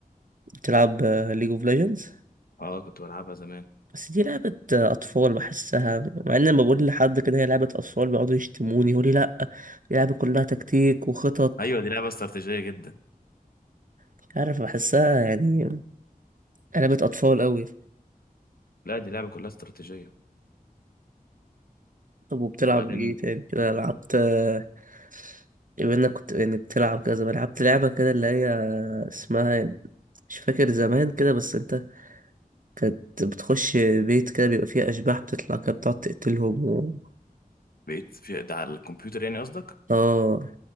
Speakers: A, on the right; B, on the left.
A: تلعب ليج اوف ليجندز
B: اه كنت بلعبها زمان
A: بس دي لعبة آه، أطفال بحسها مع إن لما بقول لحد كده هي لعبة أطفال بيقعدوا يشتموني يقولي لأ دي لعبة كلها تكتيك وخطط
B: ايوه دي لعبه استراتيجيه جدا
A: مش عارف بحسها يعني لعبة أطفال أوي
B: لا دي لعبه كلها استراتيجيه
A: طب وبتلعب
B: وبعدين
A: إيه تاني كده لعبت آه، بما انك كنت يعني بتلعب كده زمان لعبت لعبة كده اللي هي اسمها مش فاكر زمان كده بس انت كانت بتخش بيت كده بيبقى فيه أشباح بتطلع كده بتقعد تقتلهم و...
B: بقيت في ده على الكمبيوتر يعني قصدك
A: اه